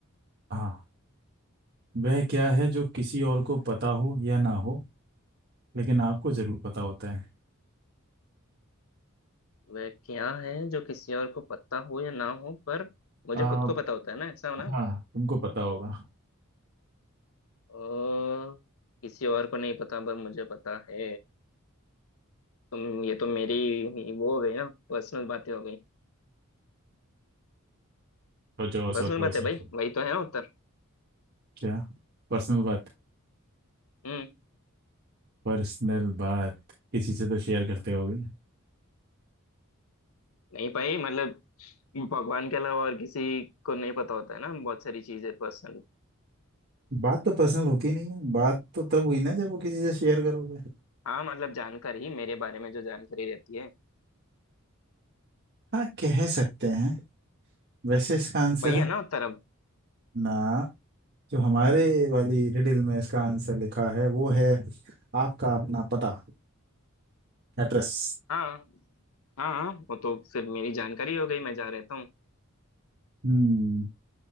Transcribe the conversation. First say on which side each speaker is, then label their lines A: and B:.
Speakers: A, on the right; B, on the left.
A: हाँ वह क्या है जो किसी और को पता हो या ना हो लेकिन आपको जरूर पता होता है
B: वह क्या है जो किसी और को पता हो या ना हो पर मुझे
A: आ,
B: खुद को पता होता है ना ऐसा हो ना
A: हाँ तुमको पता होगा
B: ओ, किसी और को नहीं पता पर मुझे पता है तुम ये तो मेरी ही वो हो गई ना पर्सनल बातें हो गई
A: सोचो
B: पर्सनल
A: सोचो
B: बातें
A: सोचो
B: भाई वही तो है ना उत्तर
A: क्या पर्सनल बात
B: हम्म
A: पर्सनल बात किसी से तो शेयर करते होगे
B: नहीं भाई मतलब भगवान के अलावा और किसी को नहीं पता होता है ना बहुत सारी चीजें पर्सनल
A: बात तो पर्सनल होती नहीं है बात तो तब हुई ना जब वो किसी से शेयर करोगे
B: हाँ मतलब जानकारी मेरे बारे में जो जानकारी रहती है
A: हाँ कह सकते हैं वैसे इसका आंसर
B: वही
A: है
B: है ना उत्तर अब
A: ना जो हमारे वाली रिडल में इसका आंसर लिखा है वो है आपका अपना पता एड्रेस
B: हाँ हाँ हाँ, वो तो फिर मेरी जानकारी हो गई मैं जा रहता हूँ
A: हम्म